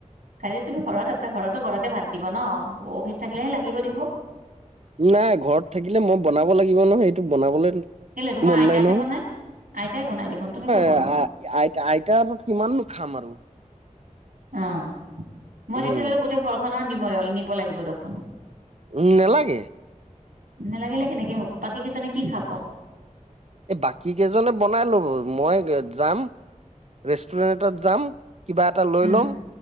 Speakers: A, on the right; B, on the right.
A: কালিটো তুমি ঘৰত আছা ঘৰতো ঘৰতে ভাত দিব ন, অফিচ থাকিলেহে লাগিব দিব <unintelligible>
B: নাই ঘৰত থাকিলে মই বনাব লাগিব নহয় সেইটো বনাবলৈ
A: কেলে তোমাৰ
B: মন
A: আইতাহে
B: নাই নহয়
A: বনাই আইতাই বনাই দিব তুমি ক'ত ব
B: আ আইতা আইতাৰ কিমাননোখাম আৰু
A: অ', মই
B: উম
A: তেতিয়াহ'লে গোটেই ঘৰখনৰ নিম নিব লাগিব দেখোন
B: উম নেলাগে
A: নেলাগিলে কেনেকে হ'ব, বাকী কেইজনে কি খাব?
B: এ বাকী কেইজনে বনাই ল'ব, মই যাম! ৰেষ্টুৰেণ্ট এটাত যাম, কিবা এটা লৈ
A: উম
B: ল'ম